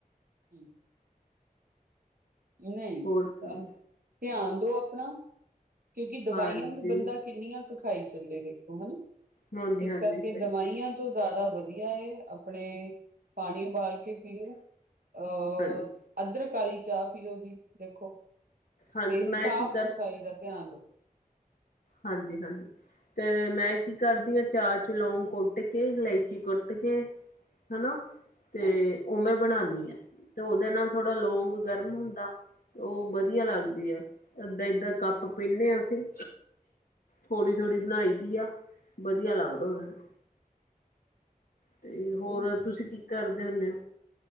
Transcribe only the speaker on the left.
ਹੋਰ ਸੁਣਾਓ
ਹਾਂਜੀ
ਹਾਂਜੀ
ਹਾਂਜੀ
ਸਹੀ
ਹਾਂਜੀ
ਹਾਂਜੀ
ਮੈਂ
ਕੀ
ਹਾਂਜੀ-ਹਾਂਜੀ। ਤੇ ਮੈਂ ਕੀ ਕਰਦੀ ਆਂ? ਚਾਰ ਚ ਲੋਂਗ ਕੁੱਟ ਕੇ, ਇਲਾਚੀ ਕੁੱਟ ਕੇ ਹਨਾ, ਤੇ
ਔਹ ਮੈਂ ਬਣਾਨੀ ਆਂ, ਤੇ ਔਦੇ ਨਾਲ ਥੋੜਾ ਲੋਂਂਗ ਗਰਮ ਹੁੰਦਾ। ਔ ਬਦੀਆ ਲੱਗਦੀ ਐ, ਏਦਾਂ-ਏਦਾਂ ਕੱਪ ਪੀਨੇ ਆਂ ਅਸੀਂ। ਥੋੜ੍ਹੀ-ਥੋੜ੍ਹੀ ਬਣਾਈ ਦੀ ਆ, ਬਦੀਆ ਲੱਗਦਾ ਓਦੇ ਨਾਲ। ਤੇ ਹੋਰ
ਤੁਸੀਂ ਕੀ ਕਰਦੇ ਹੁੰਨੇ ਔ?